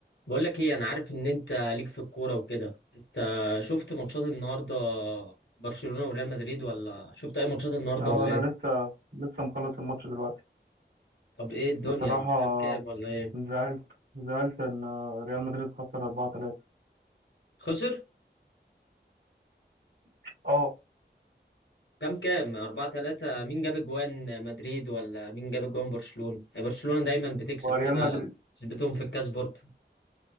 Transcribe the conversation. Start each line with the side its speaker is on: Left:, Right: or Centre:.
Left: بقول لك ايه انا عارف ان انت ليك في الكوره وكده انت شفت ماتشات النهارده برشلونه وريال مدريد ولا شفت اي ماتشات النهارده
Right: اه
Left: ولا
Right: انا
Left: ايه
Right: لسه لسه مخلص الماتش دلوقتي
Left: طب ايه الدنيا
Right: بصراحة
Left: كام كام ولا ايه
Right: زعلت زعلت ان ريال مدريد خسر 4-3
Left: خسر
Right: اه
Left: كام كام 4 3 مين جاب اجوان مدريد ولا مين جاب اجوان برشلونه يعني برشلونه دايما بتكسب
Right: هو ريال
Left: كده
Right: مدريد
Left: تثبتهم في الكاس برضه